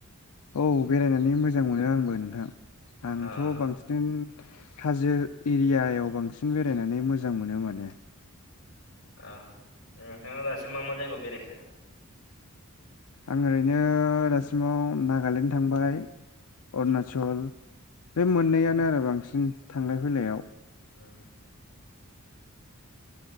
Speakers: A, on the left; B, on the left.
A: औ बेरायनानै मोजां मोनो आंबो नोंथां
B: अ
A: आंथ' बांसिन हाजो एरियायाव बांसिन बेरायनानै मोजां मोनो माने
B: औ नोंथांङा दसिम मा मा जायगायाव बेरायखो
A: आं ओरैनो दासिमाव नागालेण्ड थांबाय अरुणाचल बे
B: उम
A: मोननैयानो आरो बांसिन थांलाय फैलायाव
B: <unintelligible>